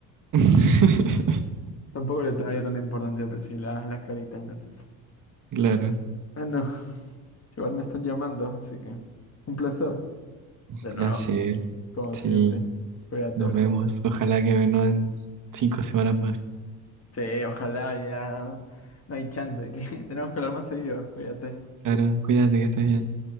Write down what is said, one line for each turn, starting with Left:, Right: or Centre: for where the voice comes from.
Right: <laughs>
Left: Tampoco le daría tanta importancia, pero sí, la- las caritas. entonces.
Right: Claro.
Left: Ah, no. Igual me están llamando, así que un placer. De
Right: placer.
Left: nuevo. Como
Right: Sí,
Left: siempre. Cuídate,
Right: nos
Left: bro.
Right: vemos. Ojalá que no en cinco semanas más.
Left: Sí, ojalá ya. No hay chance. Que... <laughs> Tenemos que hablar más seguido. Cuídate.
Right: Claro, cuídate que estés bien.